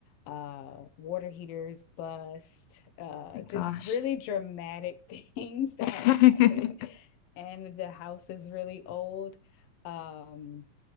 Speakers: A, on the left; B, on the left.
A: uh water heaters bust uh
B: my
A: just
B: gosh.
A: really dramatic <laughs> things that
B: <laughs>
A: have happened and the house is really old um